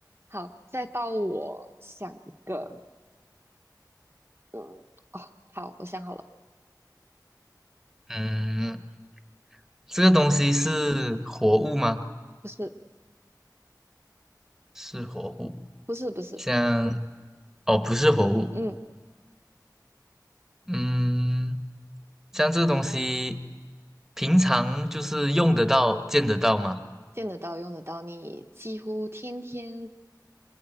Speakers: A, on the right; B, in the centre.
A: 好，再到我想一个，嗯，哦，好，我想好了，
B: 嗯，这个东西是活物吗？
A: 不是，
B: 是活物，
A: 不是，不是，
B: 像哦，不是活物，
A: 嗯，
B: 嗯，像这个东西，平常就是用得到、见得到吗？
A: 见得到，用得到，你几乎天天